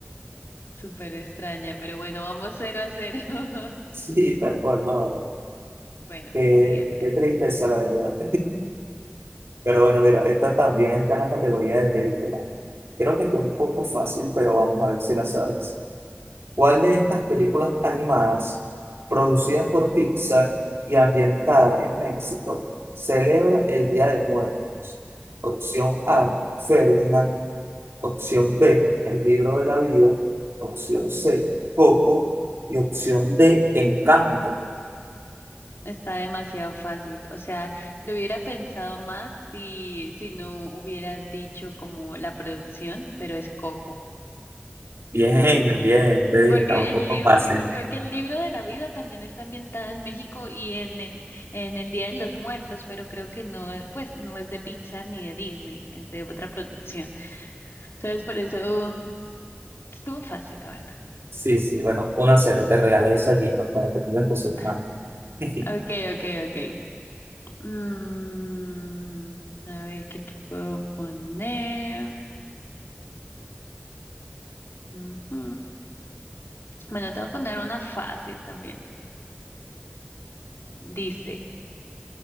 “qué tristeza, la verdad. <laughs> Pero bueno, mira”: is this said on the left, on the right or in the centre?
Right